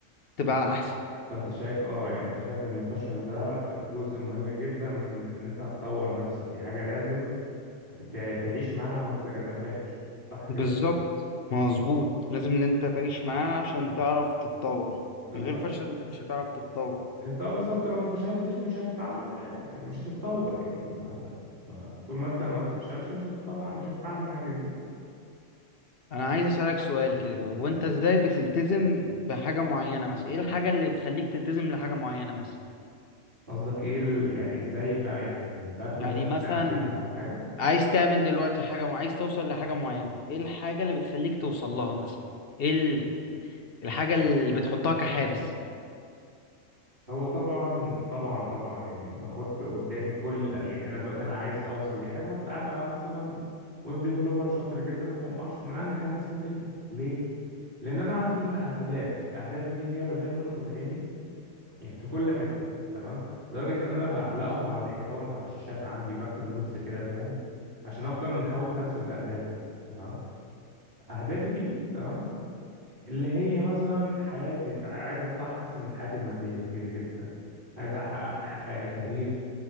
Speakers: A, on the left; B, on the right.
A: تبقى احسن
B: فانت شايف اه يعني انت شايف ان الفشل ده جزء مهم جدا من ان انت هتطور نفسك دي حاجة لازم ت- تعيش معاها ما تتجنبهاش صح كده
A: بالظبط مظبوط لازم ان انت تعيش معاه عشان تعرف تتطور
B: بالظبط
A: من غير فشل انت مش هتعرف تتطور
B: انت اه بالظبط لو ما فشلتش مش هتتعلم حاجة مش هتتطور يعني ما, ما, ما طول ما انت ما بتفشلش مش هتتطور مش هتتعلم حاجة جديدة
A: انا عايز اسالك سؤال كده هو انت ازاي بتلتزم بحاجه معينه مثلا ايه الحاجه اللي بتخليك تلتزم لحاجه معينه مثلا
B: قصدك ايه ال- يعني ازاي بقى يعني بجبر
A: يعني
B: نفسي
A: مثلا
B: التزم على حاجة
A: عايز تعمل دلوقتي حاجه وعايز توصل لحاجه معينه ايه الحاجه اللي بتخليك توصل لها مثلا ايه ال- الحاجه اللي بتحطها كحافز
B: هو طبعا طبعا طبعا يعني بحط قدامي كل يعني انا دلوقتي انا عايز اوصل ليه عايز أوصل ابقى مثلا ويب ديفلوبر شاطر جدا ومن أش- من انجح الناس في الدنيا ليه لان انا عندي ه- اهداف اهدافي دي هي اللي دايما قصاد عيني يعني في كل حته تمام لدرجه ان انا بعلقهم على الحيطان وعلى الشاشات عندي بكتب نوتس كده فاهم عشان افضل محاوط نفسي بالاهداف دي تمام اهدافي دي تمام اللي هي مثلا حياتي اللي عايز أحسن من حياتي المادية كتير جدا عايز أحقق ح- آه، كارير